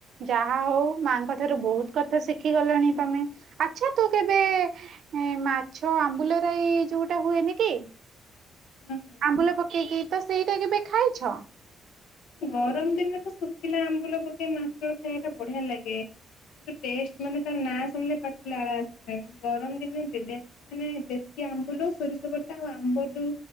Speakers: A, on the right (about 65°); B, on the left (about 80°).
A: ଯାହା ହଉ ମାଙ୍କ ଠାରୁ ବହୁତ କଥା ଶିଖି ଗଲଣି ତମେ ଆଚ୍ଛା ତୁ କେବେ ଏଁ ମାଛ ଆମ୍ବୁଲ ରାଇ ଯୋଉଟା ହୁଏନି କି
B: ହଁ ହଁ
A: ଆମ୍ବୁଲ ପକେଇକି ତ ସେଇଟା କେବେ ଖାଇଛ?
B: ଗରମ ଦିନରେ ତ ଶୁଖିଲା ଆମ୍ବୁଲ ପକେଇ ମାଛ ଖାଇବା ଟା ବଢିଆ ଲାଗେ। ତା ଟେଷ୍ଟ୍ ମାନେ ତା ନାଁ ଶୁଣିଲେ ପାଟି ରୁ ଲାଳ ଆସିଲାଣି ଗରମ ଦିନରେ ଦେବେ ମାନେ ଦେଶୀ ଆମ୍ବୁଲ ସୋରିଷ ବଟା ଆଉ ଆମ୍ବ ଯୋଉ